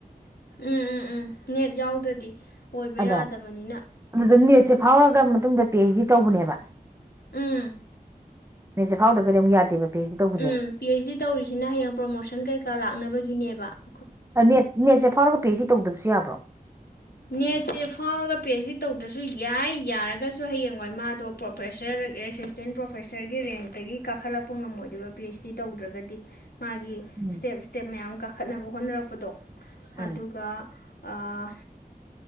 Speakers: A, on the left (about 90°); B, on the right (about 15°).
A: ꯎꯝ ꯎꯝ ꯎꯝ ꯅꯦꯠ ꯌꯥꯎꯗ꯭ꯔꯗꯤ ꯑꯣꯏꯕ
B: ꯑꯗ
A: ꯌꯥꯗꯕꯅꯤꯅ
B: ꯑꯗꯨꯗ ꯅꯦꯠꯁꯦ ꯐꯥꯎꯔꯒ ꯃꯇꯨꯡꯗ ꯄꯤ ꯍꯩꯁ ꯗꯤ ꯇꯧꯕꯅꯦꯕ
A: ꯎꯝ
B: ꯅꯦꯠꯁꯦ ꯐꯥꯎꯗ꯭ꯔꯒꯗꯤ ꯑꯃꯨꯛ ꯌꯥꯗꯦꯕ ꯄꯤ ꯑꯩꯆ ꯗꯤ ꯇꯧꯕꯁꯦ
A: ꯎꯝ ꯄꯤ ꯑꯩꯆ ꯗꯤ ꯇꯧꯔꯤꯁꯤꯅ ꯍꯌꯦꯡ ꯄ꯭ꯔꯃꯣꯁꯟ ꯀꯩꯀꯥ ꯂꯥꯛꯅꯕꯒꯤꯅꯦꯕ ꯋꯥ
B: ꯑ ꯅꯦꯠ ꯅꯦꯠꯁꯦ ꯐꯥꯎꯔꯒ ꯄꯦ ꯍꯩꯁ ꯗꯤ ꯇꯧꯗꯕꯁꯨ ꯌꯥꯕ꯭ꯔꯣ
A: ꯅꯦꯠꯁꯦ ꯐꯥꯎꯔꯒ ꯄꯤ ꯑꯩꯆ ꯗꯤ ꯇꯧꯗ꯭ꯔꯁꯨ ꯌꯥꯏ ꯌꯥꯔꯒꯁꯨ ꯍꯌꯦꯡꯋꯥꯣꯏ ꯃꯥꯗꯣ ꯄ꯭ꯔꯣꯐꯦꯁꯔ ꯑꯦꯁꯤꯁꯇꯦꯟ ꯄ꯭ꯔꯣꯐꯦꯁꯔꯒꯤ ꯔꯦꯡꯇꯒꯤ ꯀꯥꯈꯠꯂꯛꯄ ꯉꯝꯃꯣꯏꯗꯕ ꯄꯤ ꯑꯩꯆ ꯗꯤ ꯇꯧꯗ꯭ꯔꯒꯗꯤ ꯃꯥꯒꯤ
B: ꯎꯝ
A: ꯁ꯭ꯇꯦꯞ ꯁ꯭ꯇꯦꯞ ꯃꯌꯥꯝ ꯀꯥ ꯈꯠꯅꯕ ꯍꯣꯠꯅꯔꯛꯄꯗꯣ
B: ꯎꯝ
A: ꯑꯗꯨꯒ ꯑꯥ